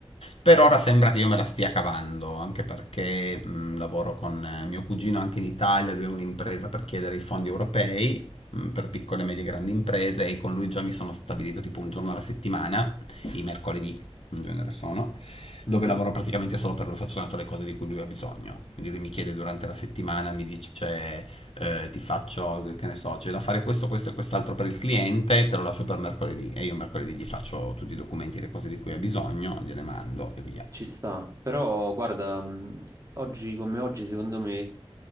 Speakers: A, on the left; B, on the right.
A: Per ora sembra che io me la stia cavando, anche perché mh, lavoro con eh, mio cugino anche in Italia, lui ha un'impresa per chiedere i fondi europei mh, per piccole, medie e grandi imprese e con lui già mi sono stabilito tipo un giorno alla settimana, i mercoledì in genere sono dove
B: Mhm.
A: lavoro praticamente solo per lui, faccio soltanto le cose di cui lui ha bisogno. Quindi lui mi chiede durante la settimana, mi dice eh, ti faccio, che ne so, c'è da fare questo, questo e quest'altro per il cliente, te lo lascio per mercoledì e io mercoledì gli faccio tutti i documenti e le cose di cui ha bisogno, gliele mando e via.
B: Ci sta. Però, guarda, mh, oggi come oggi, secondo me.